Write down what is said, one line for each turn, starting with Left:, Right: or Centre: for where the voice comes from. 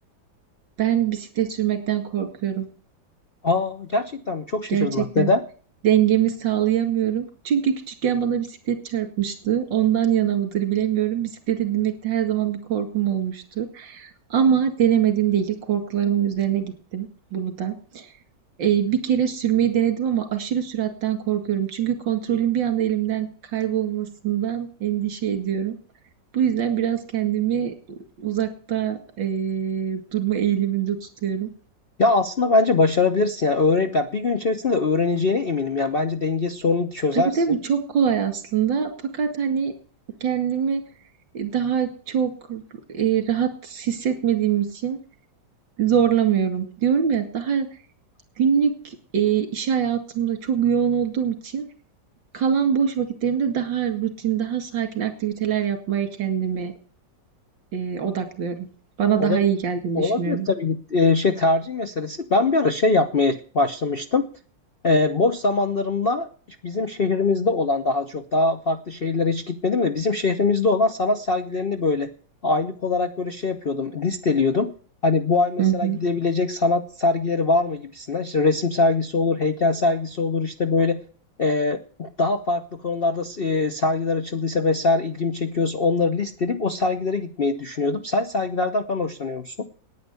Right: Ben bisiklet sürmekten korkuyorum.
Left: Aa gerçekten mi? Çok şaşırdım
Right: Gerçekten.
Left: bak. Neden?
Right: Dengemi sağlayamıyorum. Çünkü küçükken bana bisiklet çarpmıştı. Ondan yana mıdır bilemiyorum. Bisiklete binmekte her zaman bir korkum olmuştur. Ama denemedim değil. Korkularımın üzerine gittim bunu da. Ee, bir kere sürmeyi denedim ama aşırı süratten korkuyorum. Çünkü kontrolün bir anda elimden kaybolmasından endişe ediyorum. Bu yüzden biraz kendimi uzakta eee, durma eğiliminde tutuyorum.
Left: Ya aslında bence başarabilirsin yani öğrenip ya bir gün içerisinde öğreneceğine eminim. Yani bence denge sorunu çözersin.
Right: Tabii tabii çok kolay aslında. Fakat hani kendimi daha çok eee, rahat hissetmediğim için zorlamıyorum. Diyorum ya daha günlük eee, iş hayatımda çok yoğun olduğum için kalan boş vakitlerimde daha rutin, daha sakin aktiviteler yapmaya kendimi e, odaklıyorum. Bana
Left: Ola-
Right: daha iyi geldiğini
Left: Olabilir
Right: düşünüyorum.
Left: tabii e, şey tercih meselesi. Ben bir ara şey yapmaya başlamıştım. E, boş zamanlarımda bizim şehrimizde olan daha çok daha farklı şehirlere hiç gitmedim de bizim şehrimizde olan sanat sergilerini böyle aylık olarak böyle şey yapıyordum, listeliyordum. Hani bu ay mesela
Right: Hı hı.
Left: gidebilecek sanat sergileri var mı gibisinden. İşte resim sergisi olur, heykel sergisi olur, işte böyle e, daha farklı konularda e, sergiler açıldıysa vesaire ilgimi çekiyorsa onları listeleyip o sergilere gitmeyi düşünüyordum. Sen sergilerden falan hoşlanıyor musun?